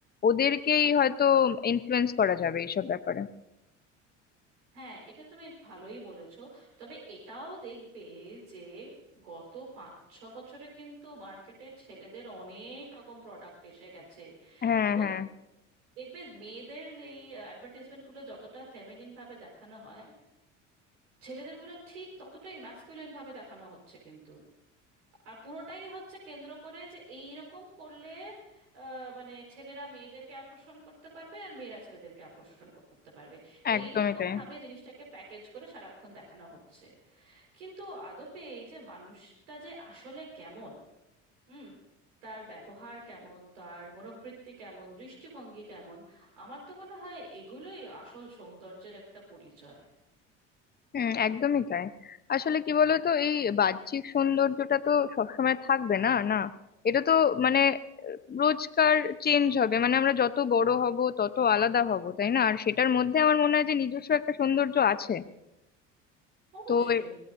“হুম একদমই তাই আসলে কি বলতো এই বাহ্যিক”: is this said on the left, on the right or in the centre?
Left